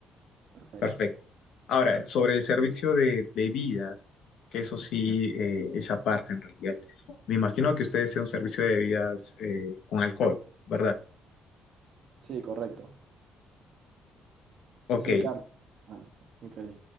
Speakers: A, on the right; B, on the left.
A: Perfecto.
B: Perfecto. Ahora, sobre el servicio de bebidas, que eso sí eh, es aparte en realidad. Me imagino que ustedes sea un servicio de bebidas eh, con alcohol, ¿verdad?
A: Sí, correcto.
B: Ok.
A: Sí, carro. Ah, ok.